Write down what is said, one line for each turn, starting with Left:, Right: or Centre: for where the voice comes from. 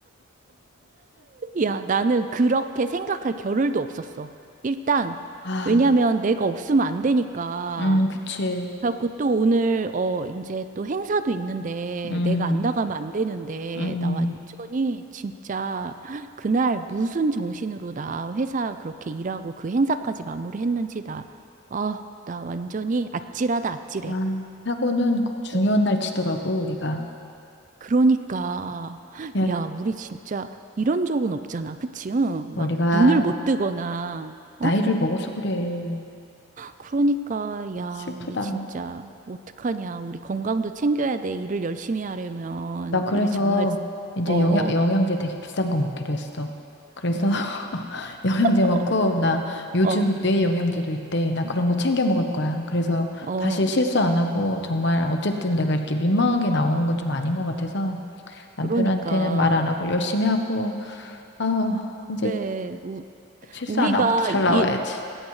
Right: 야, 나는 그렇게 생각할 겨를도 없었어. 일단,
Left: 아,
Right: 왜냐면 내가 없으면 안 되니까.
Left: 음, 그치.
Right: 그래갖고 또 오늘, 어, 이제 또 행사도 있는데,
Left: 음,
Right: 내가 안 나가면 안 되는데,
Left: 음.
Right: 나 완전히 진짜 그날 무슨 정신으로 나 회사 그렇게 일하고 그 행사까지 마무리했는지 나, 아, 나 완전히 아찔하다, 아찔해.
Left: 아, 사고는 꼭 중요한
Right: 어,
Left: 날 치더라고, 우리가.
Right: 그러니까,
Left: 야,
Right: 야, 우리 진짜 이런 적은 없잖아. 그치? 응?
Left: 우리가
Right: 막 눈을 못 뜨거나,
Left: 나이를
Right: 어?
Left: 먹어서 그래.
Right: 그러니까, 야,
Left: 슬프다.
Right: 우리 진짜 어떡하냐. 우리 건강도 챙겨야 돼. 일을 열심히 하려면.
Left: 나 그래서
Right: 일 정말,
Left: 이제
Right: 어, 어.
Left: 영양, 영양제 되게 비싼 거 먹기로 했어. 그래서 <laughs> 영양제
Right: <laughs>
Left: 먹고, 나 요즘
Right: 어,
Left: 뇌 영양제도 있대. 나 그런 거 챙겨 먹을 거야. 그래서
Right: 어,
Left: 다시 실수 안 하고, 정말 어쨌든 내가 이렇게 민망하게 나오는 건 좀 아닌 것 같아서 남편한테는
Right: 그러니까.
Left: 말 안 하고 열심히 하고, 아,
Right: 그래,
Left: 이제
Right: 우,
Left: 실수
Right: 우리가
Left: 안 하고 잘
Right: 일,
Left: 나와야지.